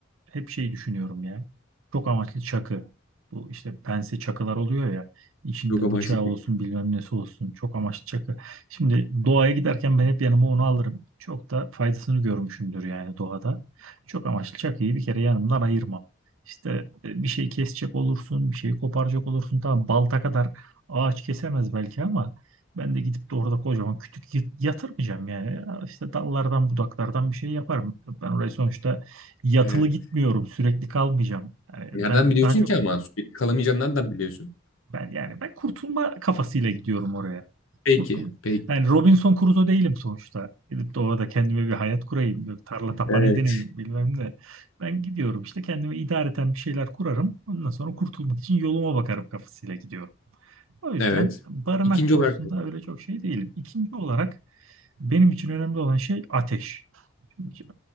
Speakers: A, on the right; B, on the left.
A: hep şeyi düşünüyorum ya. Çok amaçlı çakı. Bu işte pense çakılar oluyor ya. İçinde
B: Yok ama
A: bıçağı
B: işte.
A: olsun bilmem nesi olsun. Çok amaçlı çakı. Şimdi doğaya giderken ben hep yanıma onu alırım. Çok da faydasını görmüşümdür yani doğada. Çok amaçlı çakıyı bir kere yanımdan ayırmam. İşte e, bir şey kesecek olursun, bir şeyi koparacak olursun. Tamam balta kadar ağaç kesemez belki ama ben de gidip de orada kocaman kütük y- yatırmayacağım yani. İşte dallardan budaklardan bir şey yaparım. Ben orayı sonuçta yatılı
B: Evet.
A: gitmiyorum, sürekli kalmayacağım. Yani
B: Nereden
A: ben
B: biliyorsun
A: daha çok
B: ki ama? Sürekli kalamayacağını nereden biliyorsun?
A: ben yani ben kurtulma kafasıyla gidiyorum oraya.
B: Peki,
A: Kurtul.
B: peki.
A: Yani Robinson Crusoe değilim sonuçta. Gidip de orada kendime bir hayat kurayım, bir tarla tapan
B: <laughs>
A: edineyim bilmem ne. Ben gidiyorum işte kendime idareten bir şeyler kurarım. Ondan sonra kurtulmak için yoluma bakarım kafasıyla gidiyorum. O yüzden
B: Evet.
A: barınak
B: İkinci
A: konusunda
B: olarak
A: öyle çok şey değilim. İkinci olarak benim için önemli olan şey ateş. Hiç, e,